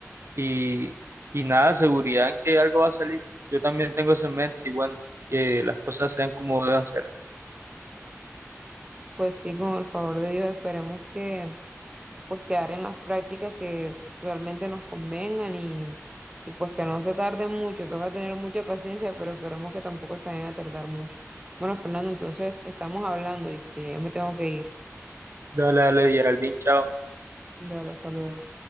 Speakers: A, on the right; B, on the right.
A: y, y nada, seguridad en que algo va a salir. Yo también tengo eso en mente y bueno, que las cosas sean como deban ser.
B: Pues sí, con el favor de Dios, esperemos que pues quedar en las prácticas que realmente nos convengan y, y pues que no se tarde mucho, toca tener mucha paciencia, pero esperemos que tampoco se vayan a tardar mucho. Bueno, Fernando, entonces estamos hablando, ¿viste? Ya me tengo que ir.
A: Dale, dale, Geraldine, chao.
B: Dale, hasta luego.